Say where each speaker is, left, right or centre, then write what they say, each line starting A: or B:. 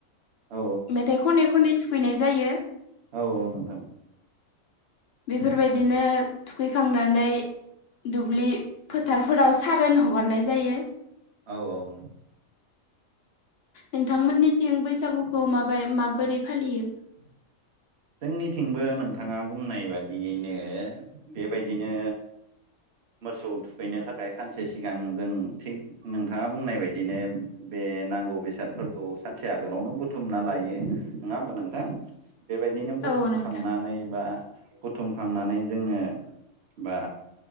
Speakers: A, on the right (about 55°); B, on the left (about 50°).
A: औ
B: मेथाइ खनै खनै थुखैनाय जायो।
A: औ औ नोंथां
B: बेफोरबायदिनो थुखैखांना नै दुब्लि फोथारफोराव सारोन हगारनाय जायो।
A: औ औ।
B: नोंथांमोननिथिं बैसागुखौ माबाय माबोरै फालियो? <unintelligible>
A: जोंनिथिंबो नोंथाङा बुंनाय बादियैनो बेबायदिनो मोसौ थुखैनो थाखाय खानसे सिगां जों थिग नोंथाङा बुंनाय बायदिनो बे बे नांगौ बेसादफोरखौ सानसे आगोलावनो बुथुमना लायो नङा होमबा नोंथां? बेबायदिनो बुथुमखांनानै
B: औ नोंथां
A: बा बुथुमखांनानै जोङो बा